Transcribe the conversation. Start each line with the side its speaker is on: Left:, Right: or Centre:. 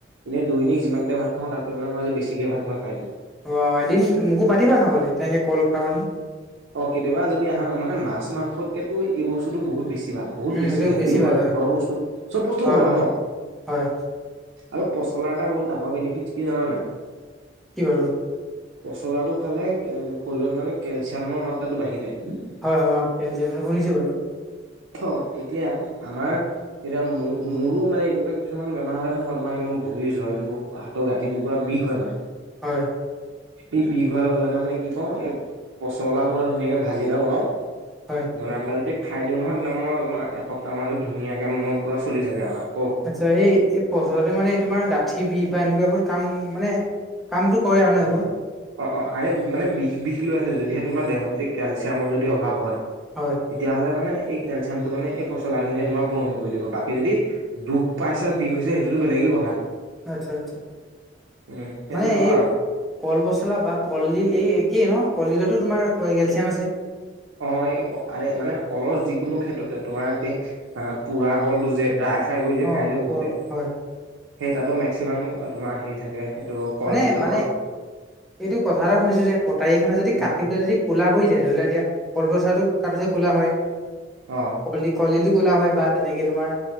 Right: এনে দৈনিক যিমানকিতা ভাত খাওঁ তাতকে মানে মই আজি বেছিকে ভাত মই খাই দিলোঁ৷
Centre: অঁ এদিন মোকো মাতিবা খাবলৈ তেনেকৈ কল খাৰনি৷
Right: অ কেতিয়াবা যদি আহা মানে মাছ মাংসতকেতো এই বস্তুটো বহুত বেছি ভাল৷ বহুত
Centre: উম
Right: বেছি
Centre: এইটো
Right: হেল্ডিও হয়
Centre: ভাল
Right: ঘৰৰ বস্তু চব বস্তু
Centre: হয়
Right: ঘৰৰ
Centre: হয়
Right: ন!
Centre: হয়
Right: আৰু পচলাৰ এটা বহুত ডাঙৰ বেনিফিট কি জানা নাই?
Centre: কি বাৰু
Right: পচলাটো খালে শৰীৰত মানে কেলচিয়ামৰ মাত্ৰাটো বাঢ়ি যায়৷
Centre: হয়-হয় অ কেলচিয়াম মানে শুনিছো বাৰু৷
Right: অ এতিয়া আমাৰ এতিয়া মো মোৰো মানে এনেকুৱা কিছুমান বেমাৰ হৈ থাকে নহয় তোমাৰ একদম ভৰিৰ জইনবোৰ হাতৰ গাঁঠিবোৰ পূৰা বিষ হয় মানে।
Centre: হয়।
Right: এই বিষ হোৱাৰ লগে লগে মানে কি কও। পচলা পোৰা ধুনীয়াকে ভাজি এটা বনাওঁ,
Centre: হয়
Right: বনাই পেলাই এই খাই দিওঁ নহয় <unintelligible> মই তোমাৰ এসপ্তাহ মানলে ধুনীয়াকে মোৰ পুৰা চলি থাকে আও।
Centre: আচ্ছা এই পচলাটো মানে তোমাৰ গাঁঠি বিষ বা এনেকুৱাবোৰ কাম মানে কামটো কৰে আৰু ন এইবোৰ?
Right: অ অ আৰে মানে বিষ বিষ লৈ আছে যদিহে তোমাৰ দেহত যদি কেলচিয়ামৰ যদি অভাৱ হয়।
Centre: হয়।
Right: তেতিয়াহ'লে মানে এই কেলচিয়ামটো মানে এই পচলাখিনিয়ে তোমাৰ পূৰণ কৰি দিব। বাকী যদি দুখ পাইছা, বিষ হৈছে সেইটোতো বেলেগেই কথা।
Centre: আচ্ছা, আচ্ছা।
Right: উম সেই
Centre: মানে
Right: তেনেকুৱা
Centre: এই
Right: আৰু।
Centre: কল পচলা বা কলডিল এই একেই ন? কলডিলতো তোমাৰ কেলচিয়াম আছে।
Right: অ এই আৰে মানে কলৰ যিকোনো ক্ষেত্ৰতে তোমাৰ এতিয়া আ পোৰা কলটো যে ড্ৰাই ফ্ৰাই কৰি যে
Centre: অ
Right: খাই যে বহুতে।
Centre: পোৱা হয়।
Right: সেই তাতো মেক্সিমাম তোমাৰ হেৰি থাকে এইটো কলডিলৰ
Centre: মানে মানে
Right: অ
Centre: এইটো কথা এটা শুনিছো যে কটাৰী খনে যদি
Right: উম
Centre: কাটোতে যদি কোলা পৰি যায় ধৰি লোৱা এতিয়া কলপচলাটো কাটোতে কোলা হয়।
Right: অ।
Centre: কলড কলডিলো ক'লা হয় বা তেনেকে তোমাৰ